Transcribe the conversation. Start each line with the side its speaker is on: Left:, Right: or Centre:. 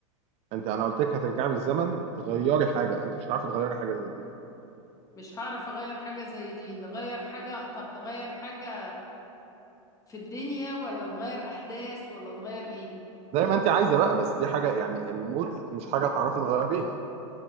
Right: انت انا قلت لك هترجعي بالزمن تغيري حاجه انت مش هتعرفي تغيري حاجه زي دي
Left: مش هعرف اغير حاجة زي دي نغير حاجة طب نغير حاجة في الدنيا ولا نغير احداث ولا نغير ايه
Right: زي ما انت عايزه بقى بس دي حاجه يعني الموت مش حاجه تعرفي تغيريها